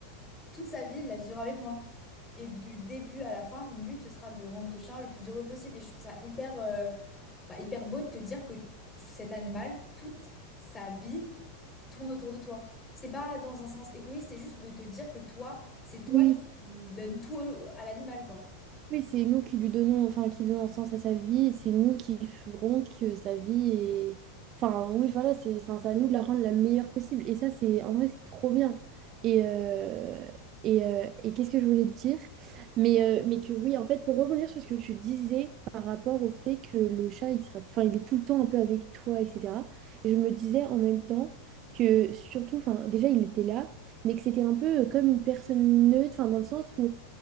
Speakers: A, on the left; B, on the right.
A: toute sa vie, il la vivra avec moi. Et du début à la fin, mon but, ce sera de rendre ce chien le plus heureux possible. Et je trouve ça hyper, euh, bah, hyper beau de te dire que cet animal, toute sa vie, tourne autour de toi. C'est pas dans un sens égoïste, c'est juste de te dire que toi, c'est toi
B: Oui.
A: qui donne tout à l'animal, quoi.
B: Oui, c'est nous qui lui donnons, enfin, qui donnons sens à sa vie, et c'est nous qui ferons que sa vie est... Enfin, oui, voilà, c'est, enfin, c'est à nous de la rendre la meilleure possible. Et ça, c'est, en vrai, c'est trop bien. Et, euh, et, euh, et qu'est-ce que je voulais te dire? Mais, euh, mais que oui, en fait, pour rebondir sur ce que tu disais par rapport au fait que le chat, il sera, enfin, il est tout le temps un peu avec toi, etc. Je me disais en même temps que surtout, enfin, déjà, il était là, mais que c'était un peu comme une personne neutre, enfin, dans le sens où